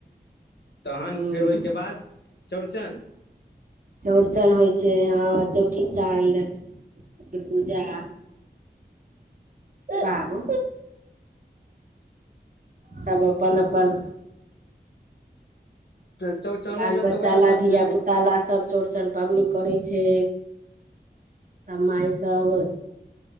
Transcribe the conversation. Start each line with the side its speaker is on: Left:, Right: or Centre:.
Left: तहन
Right: हूँ
Left: फेर ओहिके बाद चौड़चन
Right: चौरचन होइ छै हँ चौठी चाँद फेर पूजा बाबू सब अपन अपन
Left: चौड़चनो
Right: बाल
Left: मे
Right: बच्चाला
Left: तऽ उएह सब
Right: धिया
Left: छै
Right: पुता ला सब चौड़चन पबनी करै छै सभ माय सब